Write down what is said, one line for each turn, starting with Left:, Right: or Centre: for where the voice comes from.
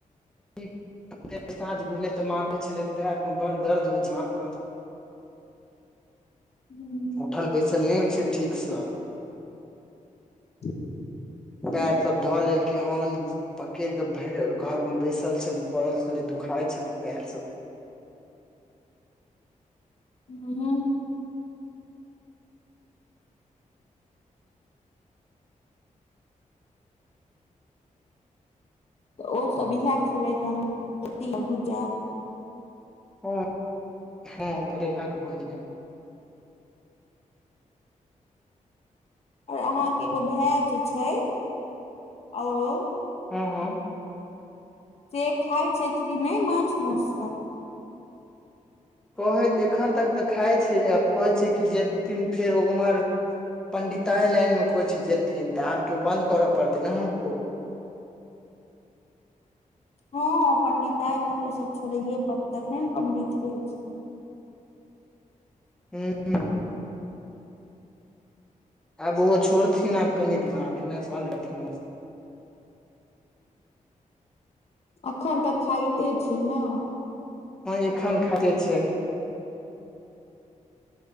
Centre: ठीक साँझ भेलै तऽ मारै छलै पएर में बड़ दर्द होइ छै मां क
Left: हूँ
Centre: उठल बैसल नइ होइ छै ठीकसँ
Left: हं
Centre: पैर सब धऽ लेलकै हन पकड़ क भऽ घर में बैसल छलै पड़ल छलै दुखाय छलै पैर सब
Left: हँ तऽ ओसब इएह खेलैत हन जोति भुजा
Centre: ह ह, करेला के भूजिया
Left: आऔर अहाँकेँ एगो भाय जे छै औरो
Centre: हू, हू
Left: से खाय छै कि नहि माछ मांसु सभ
Centre: कहै एखन तक तऽ खाइ छै आब कहै छै कि जेथिन फेर उम्हर पंडिताए लाइन मे कहै छै जेथिन तऽ आब तो बन्द करऽ पड़तै नेको
Left: हँ पंडिताइमे तऽ सभ छोड़ै पड़तनि तखने ने पंडित रहै छै
Centre: हू। आब ओहो छोड़थिन आब कनि दिनमे बन्द करथिन
Left: एखन तक खाइते छै न
Centre: हैं एखन खाते छै